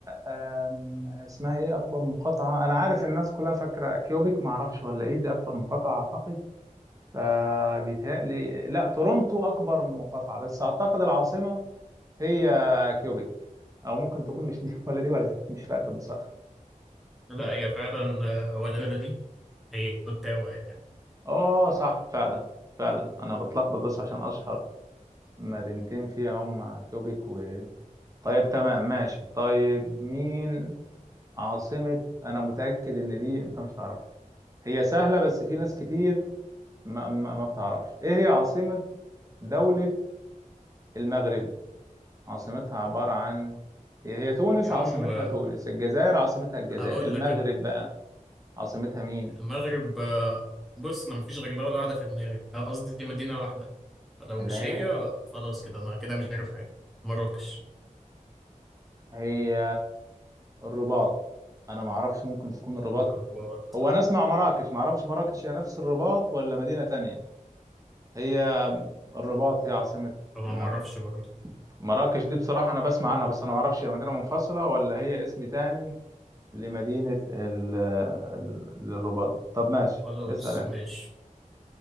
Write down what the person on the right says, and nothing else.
آم، اسمها ايه اكبر مقاطعه انا عارف الناس كلها فاكره كيوبيك ما اعرفش ولا ايه دي اكبر مقاطعه اعتقد فبيتهيألي لا تورونتو اكبر مقاطعه بس اعتقد العاصمه هي كيوبيك او ممكن تكون مش دي ولا دي ولا دي مش فاكر بصراحه
اه صح فعلا فعلا انا بتلخبط بس عشان اشهر مدينتين فيها هم كيوبيك و طيب تمام ماشي طيب مين عاصمة أنا متأكد إن دي أنت مش تعرفها هي سهلة بس في ناس كتير ما, ما, ما بتعرفش إيه هي عاصمة دولة المغرب عاصمتها عبارة عن هي هي تونس
عاصمتها
تونس الجزائر عاصمتها الجزائر
المغرب
بقى عاصمتها مين
اللي
هي
هي الرباط أنا ما أعرفش ممكن تكون الرباط
هو أنا أسمع مراكش ما أعرفش مراكش هي نفس الرباط ولا مدينة تانية هي الرباط هي عاصمة
المغرب
مراكش دي بصراحة أنا بسمع عنها بس أنا معرفش هي مدينة منفصلة ولا هي اسم تاني لمدينة ال- ال- للرباط دي طب ماشي
اسأل أنت